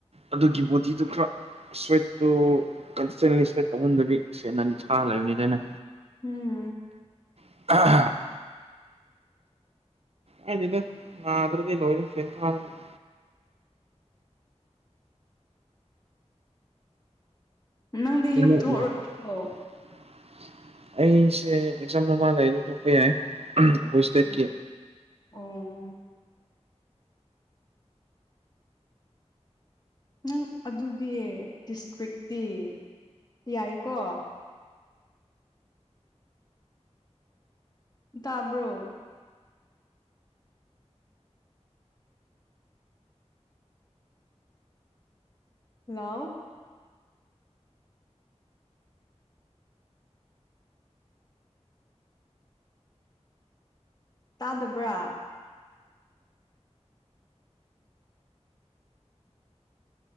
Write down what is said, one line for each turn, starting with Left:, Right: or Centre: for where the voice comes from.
Right: ꯑꯗꯨꯒꯤ ꯕꯣꯗꯤꯗꯨ ꯈꯔ ꯁ꯭ꯋꯦꯠꯇꯨ ꯀꯟꯁꯇꯦꯟꯂꯤ ꯁ꯭ꯋꯦꯠ ꯇꯧꯍꯟꯗꯕꯤ ꯐꯦꯟ ꯑꯅꯤ ꯊꯥ ꯂꯩꯕꯅꯤꯗ ꯑꯩꯅ
Left: ꯎꯝ
Right: ꯑꯩꯅ ꯀꯥꯏꯗꯦꯗ ꯅꯥꯗ꯭ꯔꯗꯤ ꯂꯣꯏꯔꯦ ꯐꯦꯟ ꯊꯥꯔꯒ
Left: ꯅꯪꯗꯤ
Right: <unintelligible>
Left: ꯌꯨꯝ ꯊꯣꯛꯑꯔꯣꯏꯗ꯭ꯔꯣ
Right: ꯑꯩꯁꯦ ꯑꯦꯛꯖꯥꯝ ꯃꯥꯃꯥꯡ ꯂꯩꯗꯤ ꯊꯣꯛꯄ ꯌꯥꯏ ꯑꯩꯈꯣꯏ ꯏꯁꯇꯦꯠꯀꯤ
Left: ꯎꯝ ꯑꯣ ꯅꯪ ꯑꯗꯨꯗꯤ ꯗꯤꯁꯇ꯭ꯔꯤꯛꯇꯤ ꯌꯥꯏꯀꯣ ꯇꯥꯕ꯭ꯔꯣ ꯍꯜꯂꯣ ꯇꯥꯗꯕ꯭ꯔꯥ